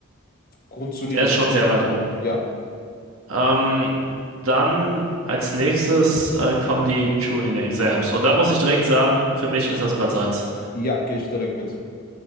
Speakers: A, on the left; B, on the right.
A: Grundsolide,
B: der ist schon
A: also
B: sehr weit oben.
A: ja,
B: Ähm, dann als nächstes äh, kommen die Chunin Exams. Und da muss ich direkt sagen, für mich ist das Platz eins.
A: ja, gehe ich direkt mit.